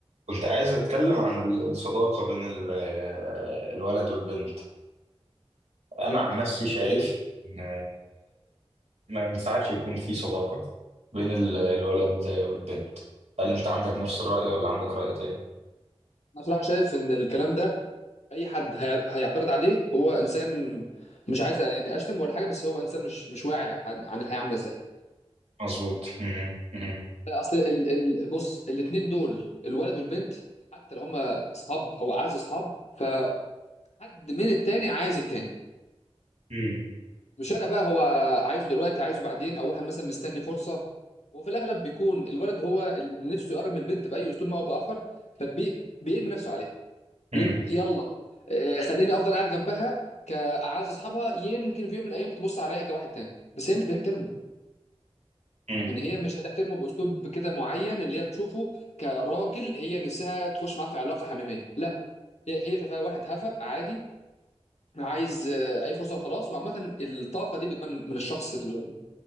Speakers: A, on the right; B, on the left.
A: كنت عايز اتكلم عن ال- الصداقة بين ال- الولد والبنت انا
B: حلو
A: عن نفسي شايف
B: جميل.
A: ان ما ينفعش يكون في صداقة بين ال- الولد والبنت هل انت عندك نفس الرأي ولا عندك رأي تاني
B: انا بصراحه شايف ان الكلام ده اي حد هي- هيعترض عليه هو انسان مش عايز يعني اشتم ولا حاجه بس هو انسان مش مش واعي عن, عن الحياه عامله ازاي
A: مظبوط مهم. مهم.
B: اصل ال ال بص الاثنين دول الولد والبنت حتى لو هما اصحاب او اعز اصحاب فحد من التاني عايز التاني
A: مهم.
B: مش فارق بقى هو عايزه دلوقتي عايزه بعدين او واحد مثلا مستني فرصه وفي الاغلب بيكون الولد هو اللي نفسه يقرب من البنت باي اسلوب ما او باخر فبيرمي نفسه عليها
A: مهم.
B: بيقول يلا آه، خليني افضل قاعد جنبها كاعز اصحابها يمكن في يوم من الايام تبص عليا كواحد تاني بس هي مش بتحترمه
A: مهم.
B: يعني هي مش هتحترمه باسلوب كده معين اللي هي تشوفه كراجل هي نفسها تخش معاه في علاقه حميميه لا هي هي شايفاه واحد هفق عادي عايز آه، اي فرصه وخلاص وعامه الطاقه دي بتبان من الشخص ال-